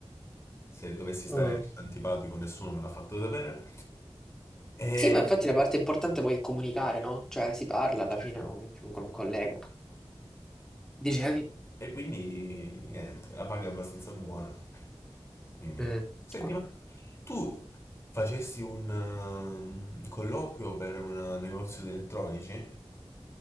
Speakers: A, on the left (about 25°); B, in the centre.
A: se dovessi stare
B: Mm.
A: antipatico nessuno me l'ha fatto sapere. E,
B: Sì, ma infatti la parte importante poi è comunicare, no? Cioè si parla alla
A: certo.
B: fine con, con un collega. Dicevi?
A: E quindi niente, la paga è abbastanza buona. Quindi,
B: Mm.
A: senti,
B: Qua-
A: ma tu facesti un ehm, colloquio per un negozio di elettronici?